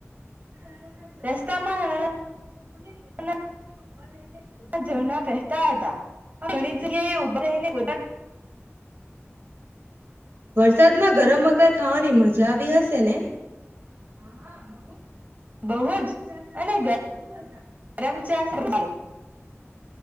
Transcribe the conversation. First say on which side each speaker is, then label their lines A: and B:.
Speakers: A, on the right; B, on the right.
A: <unintelligible>
B: રસ્તામાં નાના નાના ઝરણા વહેતા હતા ઘણી જગ્યા એ પોતાન.
A: વરસાદમાં ગરમ મકાઈ ખાવાની મજા આવી હશે ને હા, હા, અને
B: બહુ
A: ગરમ
B: જ
A: ચા સાથે
B: અને
A: બહુ મજા આવી.
B: ગરમ ચા સાથે.